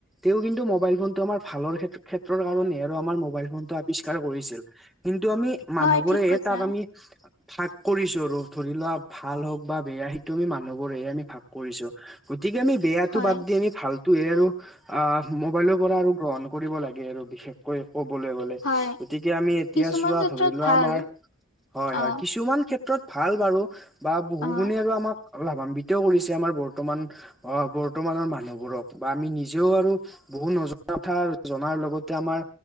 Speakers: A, in the centre; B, on the left.
A: তেওঁ কিন্তু ম'বাইল ফোনটো আমাৰ ভালৰ ক্ষেত্ৰত <unintelligible> কাৰণে আৰু আমাৰ মোবাইল ফোন টো আৱিষ্কাৰ কৰিছিল কিন্তু আমি মানুহবোৰেহে
B: হয় ঠিক কৈছা
A: তাক আমি ভাগ কৰিছো আৰু ধৰি লোৱা ভাল হওক বা বেয়া সেইটো আমি মানুহবোৰেহে আমি ভাগ কৰিছো গতিকে আমি বেয়াটো
B: হয়।
A: বাদ দি আমি ভালটোহে আৰু অ মোবাইলৰ পৰা আৰু গ্ৰহণ কৰিব লাগে। আৰু বিশেষকৈ ক'বলৈ গল। গতিকে
B: হয়
A: আমি এতিয়া
B: কিছুমান
A: চোৱা
B: ক্ষেত্ৰত
A: ধৰি লোৱা
B: ভাল
A: আমাৰ হয়
B: অ
A: হয় কিছুমান ক্ষে ক্ষেত্ৰত ভাল বাৰু বা বহু
B: অ
A: গুণে আৰু আমাক লাভান্বিতও কৰিছে আমাৰ বৰ্তমান অ' বৰ্তমানৰ মানুহবোৰক বা আমি নিজেও আৰু বহুত নজনা কথা জনাৰ লগত আগতে আমাৰ